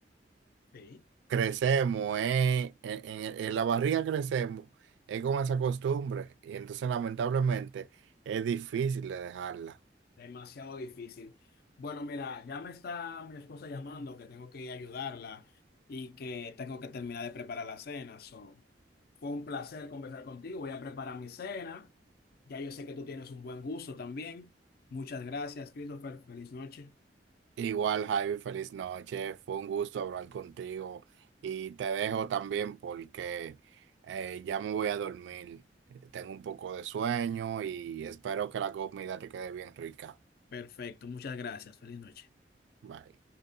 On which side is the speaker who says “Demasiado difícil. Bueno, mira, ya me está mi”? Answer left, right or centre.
Left